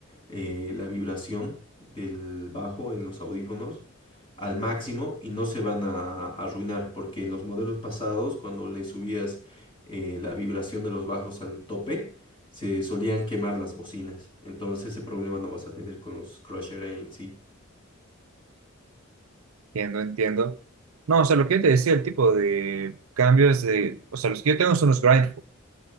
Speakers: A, on the left; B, on the right.
A: eh, la vibración del bajo en los audífonos al máximo y no se van a, arruinar, porque en los modelos pasados, cuando le subías eh, la vibración de los bajos al tope, se solían quemar las bocinas. Entonces ese problema no vas a tener con los Crusher en sí.
B: Entiendo, entiendo. No, o sea, lo que yo te decía, el tipo de cambios de, o sea, los que yo tengo son los grindful.